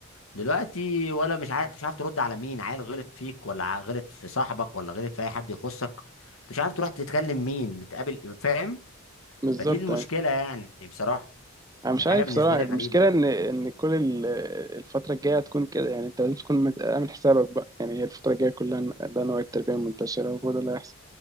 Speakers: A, on the left (about 75°); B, on the right (about 15°).
A: دلوقتي ولا مش عارف مش عارف ترد على مين عيل غلط فيك ولا ع- غلط في صاحبك ولا غلط في اي حد يخصك أنت مش عارف تروح تتكلم مين بتقابل فاهم
B: بالظبط
A: فدي المشكله
B: يعني
A: يعني بصراحه
B: انا مش
A: دي حاجه
B: عارف
A: بالنسبه
B: صراحه
A: لي
B: المشكله
A: غريبه يعني.
B: ان ان كل ال- الفتره الجايه هتكون كده يعني انت لازم تكون مت- عامل حسابك بقى يعني هي الفتره الجايه كلها ده نوع التربيه المنتشره وهو ده اللي هيحصل